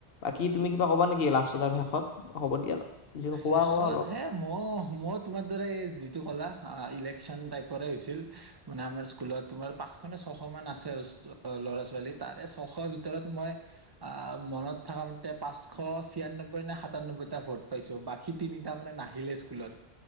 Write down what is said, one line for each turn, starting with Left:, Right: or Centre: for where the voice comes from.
Left: বাকী তুমি কিবা ক'বা নেকি লাষ্টত আৰু শেষত হ'ব দিয়া যি
Right: শেষত
Left: কোৱা কোৱা অলপ
Right: হে মই মই তোমাৰ দৰে এই যিটো ক'লা ইলেকশ্যন টাইপৰে হৈছিল মানে আমাৰ স্কুলত তোমাৰ পাঁচশ নে ছশমান আছে ল'ৰা ছোৱালী তাৰে ছশ ভিতৰত মই মনত থকা মতে পাঁচশ ছিয়ান্নব্বৈ নে সাতান্নব্বৈটা ভোট পাইছোঁ বাকী <unintelligible> সিতিনিটা মানে নাহিলে স্কুলত